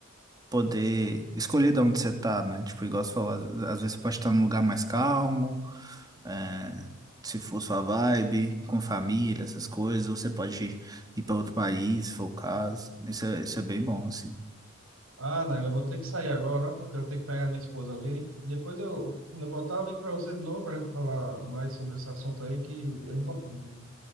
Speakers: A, on the right; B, on the right.
A: poder escolher de onde você tá, né? Tipo, igual você falou, às, às vezes você pode estar num lugar mais calmo, é, se for sua vibe, com família, essas coisas, ou você pode ir pra outro país, se for o caso. Isso é, isso é bem bom, assim.
B: Ah, Naila, eu vou ter que sair agora, porque eu tenho que pegar minha esposa ali. Depois eu, quando eu voltar, eu ligo para você de novo para a gente falar mais sobre esse assunto aí, que é importante.